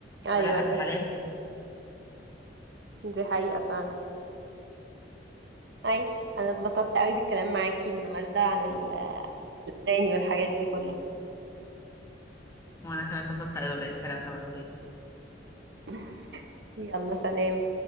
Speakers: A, on the right; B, on the left.
A: ايوه
B: فلا حاليا
A: دي دي حقيقة فعلا ماشي انا اتبسطت قوي بالكلام معاكي النهاردة عن ال- الاغاني والحاجات دي كلها
B: وانا كمان بسطت ايوه الكلام ده برضه
A: <laughs> يلا سلام